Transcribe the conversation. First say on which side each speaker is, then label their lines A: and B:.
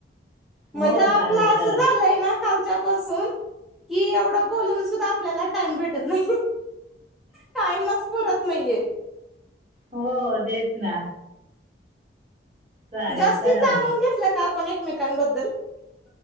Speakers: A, in the centre; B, on the right (about 40°).
A: म्हणजे
B: हो
A: आपला
B: चालेल
A: असं
B: चला
A: झालंय ना. कालच्या पासून कि एवढ बोलून सुद्धा आपल्याला टाइम भेटत नाही. टाईमच पुरत नाहीये.
B: हो तेच ना. चालेल
A: जास्तीत
B: चला
A: जाणून
B: मग
A: घेतलं का आपण एकमेकांबद्दल.